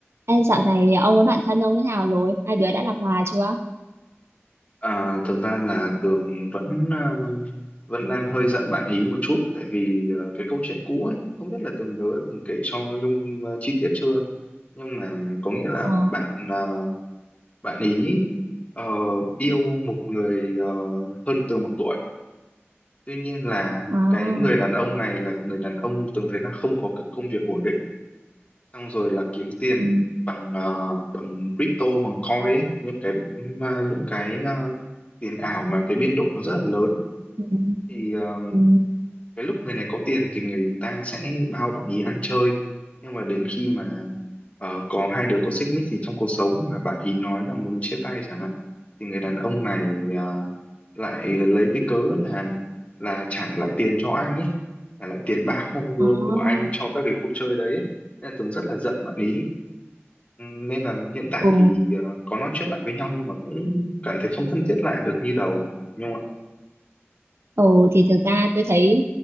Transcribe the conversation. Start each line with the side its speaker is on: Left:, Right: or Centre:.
Right: Ê, dạo này ông với bạn thân ông thế nào rồi? Hai đứa đã làm hòa chưa?
Left: À, thực ra là Tường vẫn ờ, vẫn đang hơi giận bạn ý một chút tại vì ờ, cái câu chuyện cũ ấy không biết là Tường nhớ từng kể cho Nhung ờ, chi tiết chưa nhưng mà có nghĩa là
Right: Ồ,
Left: bạn ờ, bạn ý ờ, yêu một người ờ, hơn Tường một tuổi tuy nhiên là
Right: à,
Left: cái người đàn ông này là người đàn ông Tường thấy là không có cái công việc ổn định xong rồi là kiếm tiền
Right: ừ,
Left: bằng ờ, bằng crypto bằng coin ấy những cái những cái ờ, tiền ảo mà cái biên độ nó rất là lớn
Right: ừ,
Left: thì ờ,
Right: ừ,
Left: cái lúc người này có tiền thì người ta sẽ bao bạn ý ăn chơi nhưng mà đến khi mà ờ, có hai đứa có xích mích gì trong cuộc sống mà bạn ý nói là muốn chia tay chẳng hạn thì người đàn ông này ờ, lại lấy cái cớ là là trả lại tiền cho anh ấy trả lại tiền bao
Right: à,
Left: của anh cho các cái cuộc chơi đấy ấy. nên là Tường rất là giận bạn ý Ừ, nên là hiện tại
Right: ừ.
Left: thì ờ, có nói chuyện lại với nhau nhưng mà cũng cảm thấy không thân thiết lại được như đầu nhưng mà
Right: Ừ, thì thực ra tôi thấy